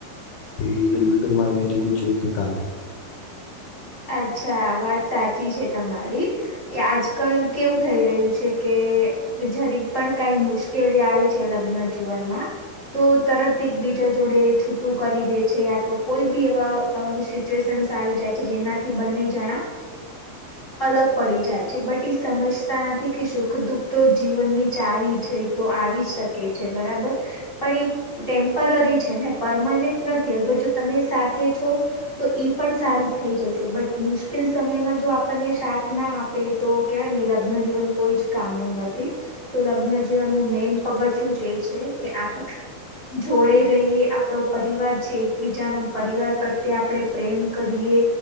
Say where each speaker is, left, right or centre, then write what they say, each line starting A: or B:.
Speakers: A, on the left; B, on the left.
A: એવી હીરો યુટ્યુબમાં મેમેં રીલ જોઈત કા
B: અચ્છા વાત સાચી છે. તમારી એ આજકાલ કેવું થઈ રહ્યું છે કે જરી પણ કઈ મુશ્કેલી આવે છે. લગ્ન જીવનમાં તો તરત એકબીજા જોડે છૂટું કરી દે છે. યા તો કોઈ બી એવા સિચ્યુએશન્ આવી જાય છે. જેના બંને જણા અલગ પડી જાય છે. બટ એ સમજતા નથી કે સુખ દુઃખ તો જીવનની આવી જઈ તો આવી જ શકે. છે. બરાબર પણ, ઈ ટેમ્પરરી છે ને પરમનન્ટ નથી. અગર જો તમે સાથે છો તો ઈ પણ સારું થઈ જશે. બટ મુશ્કેલ સમયમાં જો આપણને સાથ ના આપે તો કેહેવાય ને લગ્નજીવન કોઈ જ કામ ન નથી તો લગ્નજીવનનું મેન પગથિયું જ એ છે, કે આપ જોડે રહીએ આપણો પરિવાર છે. એકબીજાનો પરિવાર પ્રત્યે આપણે પ્રેમ કરીએ.